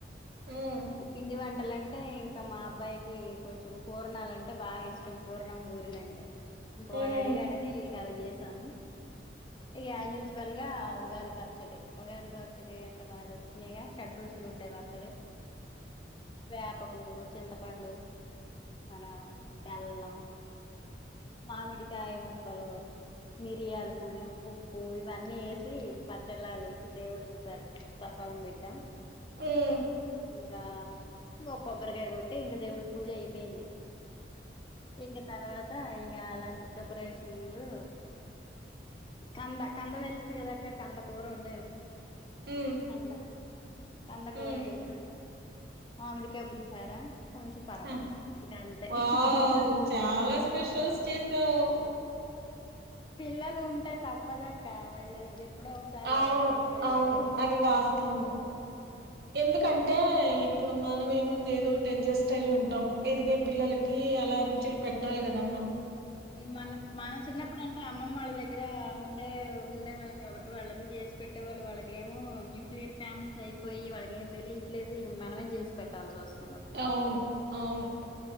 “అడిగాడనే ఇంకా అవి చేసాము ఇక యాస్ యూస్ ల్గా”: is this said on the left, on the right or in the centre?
Left